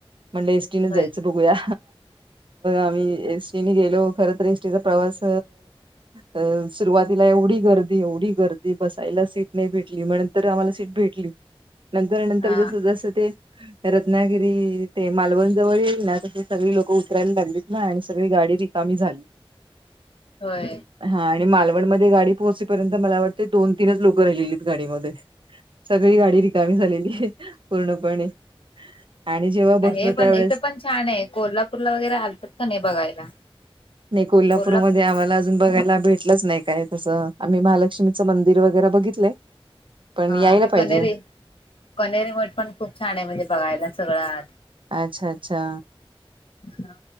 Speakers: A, on the right; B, on the left.
A: म्हटले एसटी न
B: होय
A: जायचं बघूया आम्ही एसटी गेलो खर तर एसटीचा प्रवास अ सुरुवातीला एवढी गर्दी एवढी गर्दी बसायला सीट नाही भेटली मग नंतर आम्हाला सीट भेटली. नंतर नंतर
B: हा
A: जस जसं ते रत्नागिरी ते मालवण जवळ येईल ना तसे सगळी लोक उतरायला लागलीत ना आणि सगळी गाडी रिकामी झाली.
B: होय
A: हा आणि मालवणमध्ये गाडी पोहोचपर्यंत मला वाटते दोन तीनच लोकं राहिलेलीत गाडीमध्ये सगळी गाडी रिकामी झालेली आहे पूर्णपणे आणि जेव्हा बसलो
B: हे
A: त्यावे
B: पण इथं पण छान आहे कोल्हाप ूरला वगैरे आलतात का नाही बघायला
A: नाही कोल्हापूरमध्ये
B: कोल्हापूर
A: आम्हाला अजून बघायला भेट लंच नाही काय तसं आम्ही महालक्ष्मीचं मंदिर वगैरे बघितलंय पण
B: हा
A: यायला
B: ते
A: पाहिजे
B: कनेरीे कनेरीे मठ पण खूप छान आहे म्हणजे बघायला सगळं
A: अच्छा अच्छा
B: हा